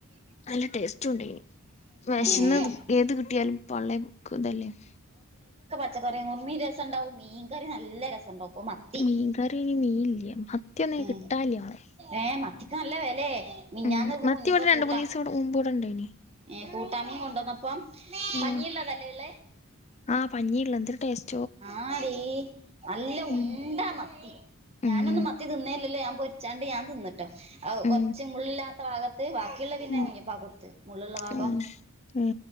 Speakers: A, on the left (about 30°); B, on the right (about 25°).
A: നല്ല ടേസ്റ്റും ഇണ്ടയ്നി വെശന്ന്
B: ഏഹ്
A: ഏത് കിട്ടിയാലും പള്ളേ <inaudible>
B: പച്ചക്കറിഉറുമി രസം ഇണ്ടാവും മീൻ കറീമം നല്ല രസം ഇണ്ടാവും ഇപ്പൊ മത്തി
A: മീൻകറി ഇനി മീൻ ഇല്ല മത്തിയൊന്നും
B: എ
A: കിട്ടാനില്ല മോളെ
B: ഏ മത്തിക്ക് നല്ല വെലെ മിഞ്ഞാന്ന്
A: ഉം
B: പോ
A: മത്തി
B: കുഞ്ഞിപ്പ
A: ഇവിടെ രണ്ട്
B: കൂട്ടാം
A: മൂന്ന് ദിവസം ഇവിടെ മുമ്പ് ഇവിടെ ഉണ്ടായിനി
B: ഏ കൂട്ടാമീ കൊണ്ടുന്നപ്പം
A: ഉം
B: പഞ്ഞിഇള്ളതല്ലെ ഇള്ളേ
A: ആ പഞ്ഞിഇള്ള ന്തൊരു ടേസ്
B: ആടി നല്ല ഉണ്ട
A: ഉം
B: മത്തി ഞാനൊന്നും
A: ഉം
B: മത്തി തിന്നേല്ലല്ലോ ഞാ പൊരിച്ചാണ്ട് ഞാൻ തിന്ന്ട്ടോകൊറച്ച്
A: ഉം
B: മുള്ളിലാത്ത വാഗം വാക്കിള്ളത് പിന്നെ
A: ഉം
B: കുഞ്ഞിപ്പാക്ക് കൊടുത്ത് മുള്ഇള്ള വാഗം
A: ഉം ഉം